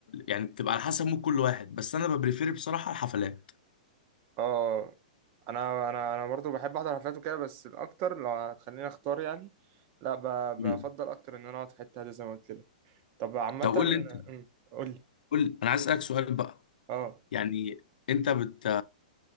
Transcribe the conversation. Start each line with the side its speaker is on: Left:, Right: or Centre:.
Left: يعني بتبقى على حسب مود كل واحد بس انا ببريفير بصراحه الحفلات
Right: اه انا انا انا برضو بحب احضر حفلات وكده بس الاكتر لو هتخليني اختار يعني لا ب-
Left: مم.
Right: بفضل اكتر ان انا اقعد في حته هاديه زي ما قلت لك طب عامه
Left: طب قول لي انت
Right: أمم، قول لي
Left: قول لي انا عايز اسالك سؤال بقى
Right: اه
Left: يعني انت بت